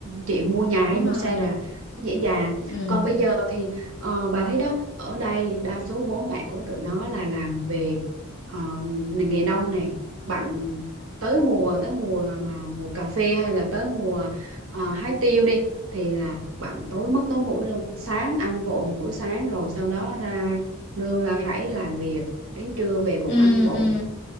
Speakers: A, on the right; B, on the left.
A: chị mua nhà hay
B: đúng
A: mua
B: rồi
A: xe là dễ dàng
B: ừ
A: còn bây giờ thì ờ, bà thấy đó ở đây đa số bố mẹ của tụi nó là làm về ờ, ngành nghề nông nè bạn tới mùa tới mùa mà mùa cà phê hay là tới mùa ờ, hái tiêu đi thì là bạn tối mất tối mũi luôn sáng ăn vội một bữa sáng rồi sau đó ra nương la rẫy làm việc đến trưa về cũng
B: ừ
A: ăn vội
B: ừ
A: một